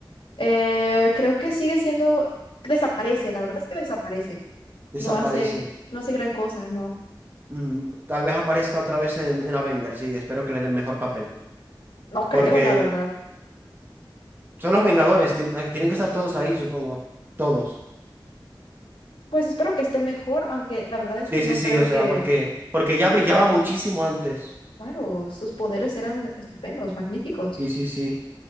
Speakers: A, on the left; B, on the right.
A: Eh, creo que sigue siendo. Desaparece. La verdad es que desaparece.
B: Desaparece.
A: No hace, no hace gran cosa. No.
B: Mm, tal vez aparezca otra vez en, en Avengers, sí. Espero que le den mejor papel.
A: No creo,
B: Porque
A: la verdad.
B: son los Vengadores, tien- eh, tienen que estar todos ahí, supongo. Todos.
A: Pues espero que esté mejor, aunque la verdad es
B: Sí,
A: que
B: sí,
A: no
B: sí,
A: creo
B: o sea,
A: que
B: porque, porque ya brillaba muchísimo antes.
A: Claro, sus poderes eran estupendos, magníficos.
B: Sí, sí, sí.